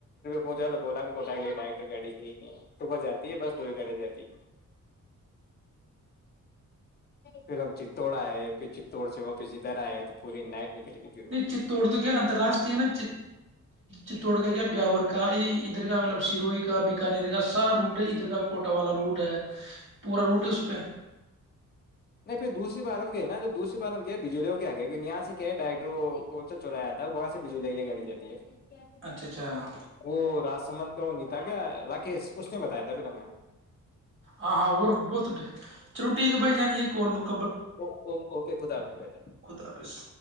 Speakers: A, on the left; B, on the right.
A: ہو جاتا بولا کے کوٹ ڈائریکٹر گاڑی ہی نہیں صبح جاتی ہے بس دو ہی گاڑیاں جاتی ہے پھر ہم چتڑ آئے پھر چتڑ سے واپس ادھر آئے تو پوری نائٹ نکل گئی پھر وہ
B: نہیں چتڑ تو کیا اتراشٹری ہے نا چتوڑ کا کیا بیاور کا یہ ادھر کا مطلب سروئی کا بیکانر کا سارا روٹ ہے ادھر کا کوٹا والا روٹ ہے پورا روٹ ہے اس پہ
A: نہیں پھر دوسری بار ہم گئے نا جب دوسری بار ہم گئے بجلیوں کے آ گئے کی یہاں سے کیا ہے ڈائٹرو کون سا چایا آتا ہے وہاں سے بجلی کے لے گڑی جاتی ہے
B: اچھا اچھا
A: وہ راج سمت تو نہیں تھا کیا راکیش اس نے بتایا تھا ب ن میں
B: آاں ہاں وہ بت چلو ٹھیک بھائی جانیے کوول مک
A: ا اوکے خدا حاف بھائی ج
B: خدا حافظ